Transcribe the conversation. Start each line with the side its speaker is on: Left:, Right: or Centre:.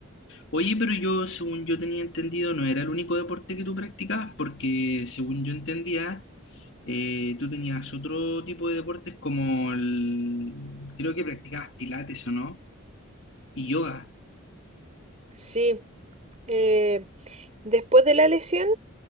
Left: Oye, pero yo, según yo tenía entendido, no era el único deporte que tú practicabas, porque según yo entendía, eh, tú tenías otro tipo de deportes como el... Creo que practicabas pilates o no, y yoga.
Right: Sí. Eh, después de la lesión,